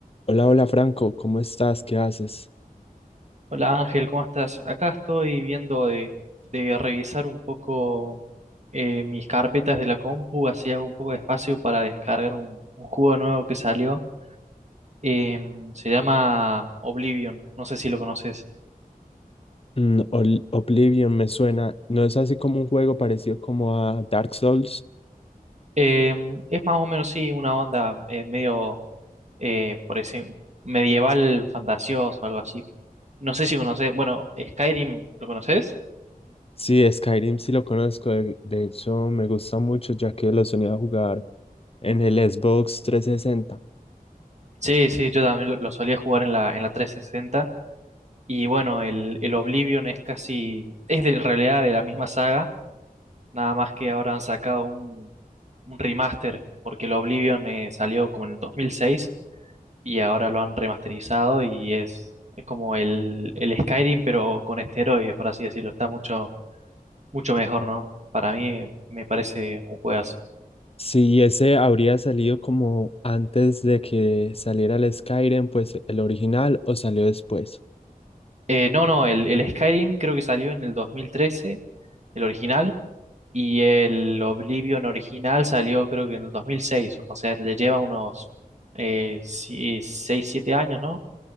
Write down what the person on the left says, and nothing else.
Hola, hola Franco, ¿cómo estás? ¿Qué haces?
Mm, Ol- Oblivion me suena. ¿No es así como un juego parecido como a Dark Souls?
Sí, Skyrim sí lo conozco. De, de hecho, me gusta mucho ya que lo solía jugar en el Xbox trescientos sesenta.
Sí, ese habría salido como antes de que saliera el Skyrim, pues el original, o salió después.